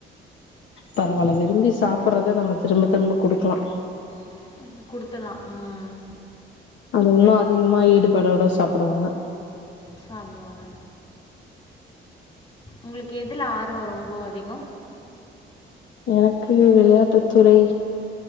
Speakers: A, on the left; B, on the left.
A: பரவால்ல விரும்பி சாப்புறத நம்ம திரும்ப திரும்ப குடுக்குலா
B: <unintelligible> குடுத்துல்லா ம்
A: அது உன்னோ அதிகமா ஈடுபாடோட சாப்புடுவாங்க
B: சாப்பிடுவாங்க உங்களுக்கு எதுல ஆர்வோ ரொம்போ அதிகோ
A: எனக்கு விளையாட்டுத்துறை